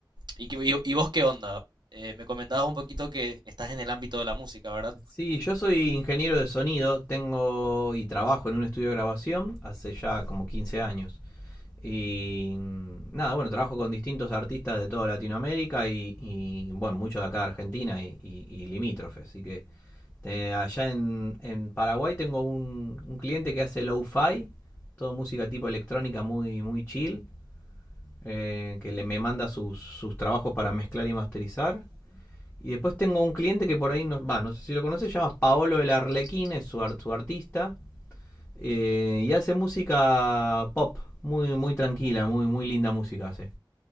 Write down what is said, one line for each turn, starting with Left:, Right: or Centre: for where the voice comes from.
Right: ¿y, qué- y- y vos qué onda? Eh, me comentabas un poquito que estás en el ámbito de la música, ¿verdad?
Left: Sí, yo soy ingeniero de sonido, tengo y trabajo en un estudio de grabación hace ya como 15 años. Y mm, nada, bueno, trabajo con distintos artistas de toda Latinoamérica y, y, bueno, muchos de acá de Argentina y, y- y limítrofes. Así que eh, allá en, en Paraguay tengo un, un cliente que hace lo-fi, todo música tipo electrónica muy, muy chill, eh, que le, me manda sus, sus trabajos para mezclar y masterizar. Y después tengo un cliente que por ahí, no, va, no sé si lo conoces se llama Paolo el Arlequín, es su, art- su artista. eh, y hace música pop, muy, muy tranquila, muy, muy linda música hace.